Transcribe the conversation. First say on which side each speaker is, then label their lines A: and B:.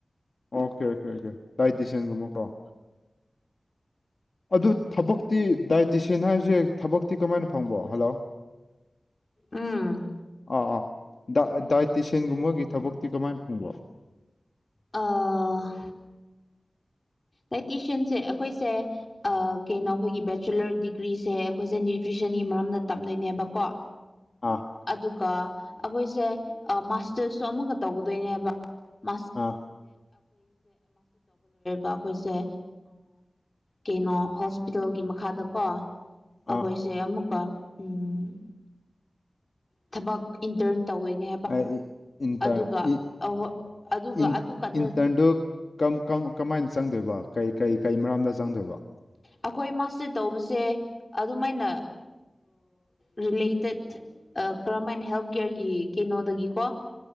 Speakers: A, on the left (about 65°); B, on the left (about 40°).
A: ꯑꯣꯀꯦ ꯑꯣꯀꯦ ꯑꯣꯀꯦ ꯗꯥꯢꯇꯤꯁꯤꯌꯥꯟꯒꯨꯝꯕꯀꯣ ꯑꯗꯨ ꯊꯕꯛꯇꯤ ꯗꯥꯏꯇꯤꯁꯤꯌꯥꯟ ꯍꯥꯏꯁꯦ ꯊꯕꯛꯇꯤ ꯀꯃꯥꯏꯅ ꯐꯪꯕ ꯍꯜꯂꯣ
B: ꯎꯝ
A: ꯑꯥ ꯑꯥ ꯗꯥꯏꯇꯁꯤꯟꯒꯨꯝꯕꯒꯤ ꯊꯕꯛꯇꯤ ꯀꯃꯥꯏꯅ ꯐꯪꯕꯔꯣ
B: ꯑꯥ ꯗꯥꯏꯇꯤꯁꯤꯌꯟꯁꯦ ꯑꯩꯈꯣꯏꯁꯦ ꯀꯩꯅꯣ ꯑꯩꯈꯣꯏꯒꯤ ꯕꯦꯆꯨꯂꯔ ꯗꯤꯒ꯭ꯔꯤꯁꯦ ꯑꯩꯈꯣꯏꯁꯦ ꯅ꯭ꯌꯨꯇ꯭ꯔꯤꯁꯟꯒꯤ ꯃꯔꯝꯗ ꯇꯝꯗꯣꯏꯅꯦꯕꯀꯣ
A: ꯑꯥ
B: ꯑꯗꯨꯒ ꯑꯩꯈꯣꯏꯁꯦ ꯃꯥꯁꯇꯔꯁꯁꯨ ꯑꯃꯨꯛꯀ ꯇꯧꯒꯗꯣꯏꯅꯦꯕ <unintelligible>
A: ꯑꯥ
B: ꯑꯩꯈꯣꯏꯁꯦ ꯀꯩꯅꯣ ꯍꯣꯁꯄꯤꯇꯥꯜꯒꯤ ꯃꯈꯥꯗꯀꯣ ꯑꯩꯈꯣꯏ
A: ꯑꯥ
B: ꯑꯃꯨꯛ ꯎꯝ ꯊꯕꯛ ꯏꯟꯇꯔꯟ ꯇꯧꯅꯦ
A: ꯑꯩ ꯏꯟꯇꯔ
B: ꯑꯗꯨꯒ
A: ꯏ
B: ꯑꯣꯏ ꯑꯗꯨꯒ
A: ꯏꯟ
B: ꯑꯗꯨ ꯀꯥꯟꯗ
A: <unintelligible> ꯀꯃꯥꯏꯅ ꯆꯪꯗꯣꯏꯕ ꯀꯩ ꯀꯩ ꯀꯩ ꯃꯔꯝꯗ ꯆꯪꯗꯣꯏꯕ
B: ꯑꯩꯈꯣꯏ ꯃꯥꯁꯇꯔ ꯇꯧꯕꯁꯦ ꯑꯗꯨꯝꯥꯏꯅ ꯔꯤꯂꯦꯇꯦꯠ ꯀꯔꯝꯥꯏꯅ ꯍꯦꯜꯊ ꯀꯦꯌꯔꯒꯤ ꯀꯩꯅꯣꯗꯒꯤꯀꯣ